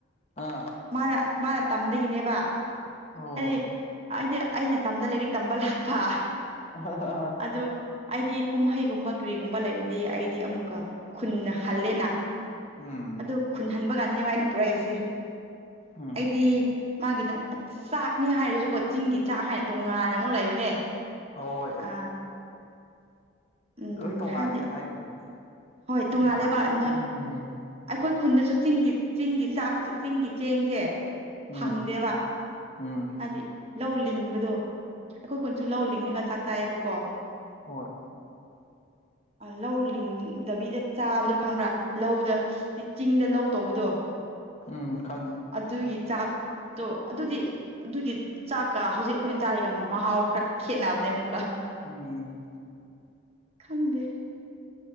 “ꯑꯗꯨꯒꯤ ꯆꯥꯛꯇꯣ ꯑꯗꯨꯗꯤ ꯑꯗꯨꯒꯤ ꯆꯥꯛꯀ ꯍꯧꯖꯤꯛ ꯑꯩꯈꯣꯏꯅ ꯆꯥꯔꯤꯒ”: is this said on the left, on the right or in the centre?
Right